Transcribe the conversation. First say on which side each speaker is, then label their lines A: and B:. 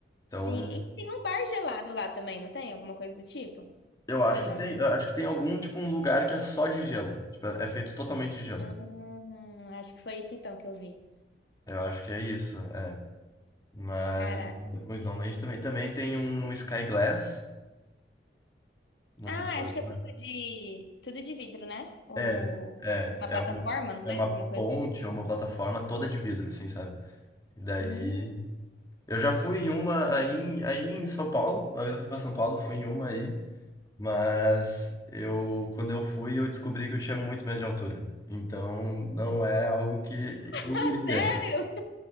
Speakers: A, on the left (about 20°); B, on the left (about 75°).
A: Então,
B: Sim, e tem um bar gelado lá também, não tem? Alguma coisa do tipo?
A: eu
B: Ou
A: acho
B: não?
A: que tem, eu acho que tem algum, tipo, um lugar que é só de gelo. Tipo, é feito totalmente de gelo.
B: Hum, acho que foi isso então que eu vi.
A: Eu acho que é isso, é. Mas
B: Cara,
A: o Snowland também, também tem um Sky Glass, não
B: ah,
A: sei se eu...
B: acho que é tudo de tudo de vidro, né? Ou
A: É, é,
B: uma
A: é
B: plataforma,
A: uma,
B: não
A: é
B: é?
A: uma
B: Alguma
A: ponte
B: coisa do tipo.
A: ou uma plataforma toda de vidro, assim, sabe? E daí.
B: Hum.
A: Eu já fui em uma
B: <laughs>
A: aí, em- aí em São Paulo, uma vez eu fui pra São Paulo, fui em uma aí, mas eu, quando eu fui, eu descobri que eu tinha muito medo de altura. Então, não é algo que eu
B: Ah,
A: iria.
B: sério?